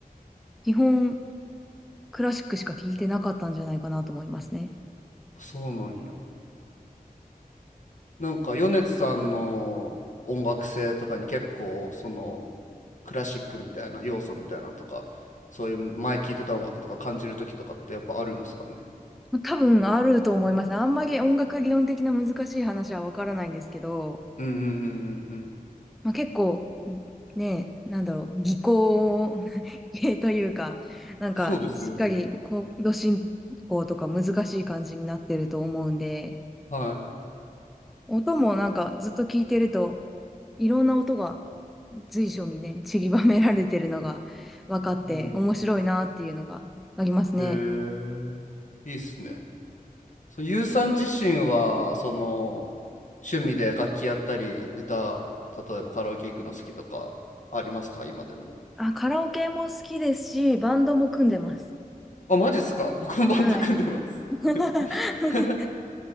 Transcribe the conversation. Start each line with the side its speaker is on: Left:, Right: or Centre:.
Centre: 基本クラシックしか聴いてなかったんじゃないかなと思いますね。
Left: あそうなんや。なんか米津さんの音楽性とかに結構そのクラシックみたいな要素みたいなのとか、そういう前聴いてた音楽とか感じる時とかってやっぱあるんですかね。
Centre: 多分あると思います。あんまり音楽理論的な難しい話はわからないんですけど、
Left: うんうんうんうんうん。
Centre: まあ、結構、ね、なんだろう、技巧 <laughs> 系というか、なんか、
Left: そうですよね。
Centre: しっかりコード進行とか難しい感じになってると思うんで、
Left: はい。
Centre: 音もなんかずっと聞いてると、いろんな音が随所にね、散りばめられてるのが分かって面白いなっていうのがありますね。
Left: うん。へえ。いいっすね。そのゆうさん自身はその趣味で楽器やったり歌例えばカラオケ行くの好きとかありますか今でも
Centre: あ、カラオケも好きですし、バンドも組んでます。
Left: あマジっすか <laughs> 僕もバンド組んでます
Centre: はい。<laughs>
Left: <laughs>